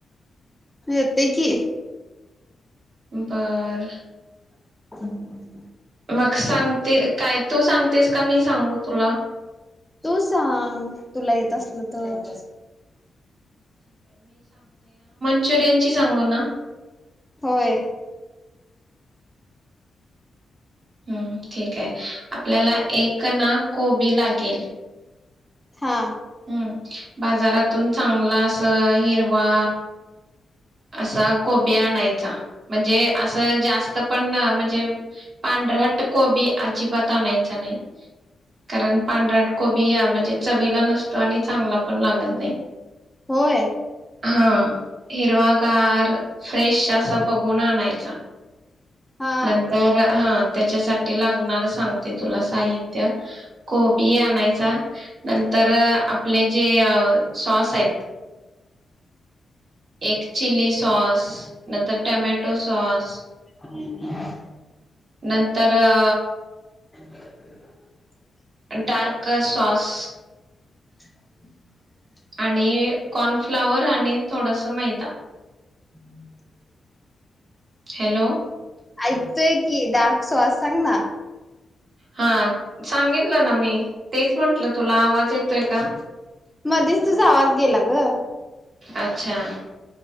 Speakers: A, in the centre; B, on the right (about 60°).
A: येतयकी
B: बार
A: <inaudible>
B: मग सांगते काय तू सांगतेस का मी सांगू तुला
A: तू सांग तुला येत असलं तर
B: मंचूरीयनची सांगू ना
A: होय
B: हम्म ठीक आहे आपल्याला एक ना कोबी लागेल
A: हा
B: हम्म बाजारातून चांगला अस हिरवा असा कोबी आणाय च्चा म्हणजे असं जास त पण ना म्हणजे पांढरट कोबी अजिबात आणायचं नाही कारण पांढरट कोबीया म्हणजे चवीला नस तो आणि चांगला पण लागत नाही
A: होय
B: हं हिरवागार फ्रेश असा बघून आणाय च्चा
A: हा
B: नंतर हां त्याच्यासाठी लागणारं सांगते तुला साहित्य कोबी आणायचा नंतर अं आपले जे अ सॉस आहेत एक चिली सॉस नंतर टॅमॅटो सॉस
A: <inaudible>
B: नंतर अ
A: <inaudible>
B: डार्क सॉस
A: <inaudible>
B: आणि कॉर्नफ्लावर आणि थोडंस मैदा
A: <inaudible>
B: हॅलो
A: ऐकतोय की डार्क सॉस सांग ना
B: हां सांगितलं ना मी तेच म्हटलं तुला आवाज येतोय का
A: मध्येच तुझा आवाज गेला ग
B: अच्छा